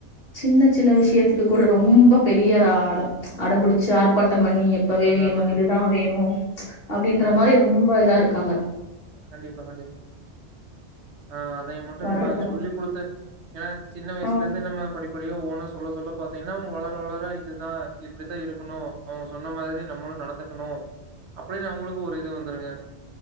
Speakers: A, on the left (about 55°); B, on the right (about 75°).
A: சின்ன சின்ன விஷயத்துக் கு கூட ரொம்ப பெரிய ஆ அடோ அடம்புடிச்சு ஆர்ப்பாட் டம் பண்ணி இப்பவே
B: அதான்,
A: வேணு
B: அதாங்க.
A: இதுதா வேணு <inaudible> அப்டின்ற
B: ஆ,
A: மாரி ரொம்ப இதா இரு க்காங்க
B: கண்டிப்பா கண்டிப்பா ஆ அதய மட்டு
A: வர்ற
B: நம்ம
A: கால்
B: சொல்லி கு டுத்து ஏன்னா சின்ன வயசுல
A: ஆமா
B: இருந்த நம்ம படிப்படியா ஒவ்வொன்னா சொல்ல சொல்ல பாத்தீங்ன்னா அவங்க வளர வளர இதுதா இப்பிடித்தா இருக்கணு அவங்க சொன்ன மாதிரி நம்மளு நடந்துக்கணு அப்பிடின்னு அவங்களுக்கு ஒரு இது வந்துருங்க